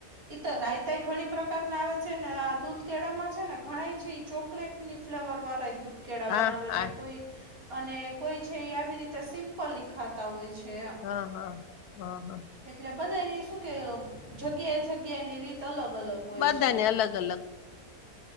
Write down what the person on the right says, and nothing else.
ઈ તો રાયતાાય ઘણી પ્રકાર ના આવે છે ને આ દૂધ કેળામાં છે ને ઘણ છે ચોકલેટ. ની ફ્લેવર વાર દું. કેળા
બનાવે
છે કોઈ અને કોઈ છે એ આવી રીતે સિમ્પલી ખાતા હોય છે.
એટલે બધાની શું કે જગ્યાએ જગ્યા ની રીત. અલગ અલગ હોય
છે હ.